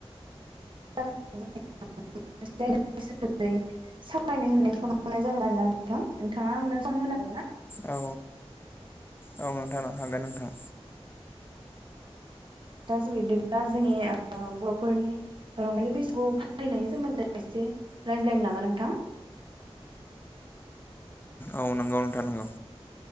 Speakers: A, on the right; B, on the left.
A: <unintelligible> सावरायनो होननाय फन हरनाय जादों आरोना नोंथां नोंथाङा आंनो सम होनो हागोन ना?
B: औ औ नोंथां हागोन नोंथां।
A: दा जों बिब्दिब्ला जोंनि ओ बर'फोरनि रंजालि बैसागु फालिनायनि सोमोन्दै एसे रायज्लायनो नामा नोंथां?
B: औ नंगौ नोंथां नोंगौ।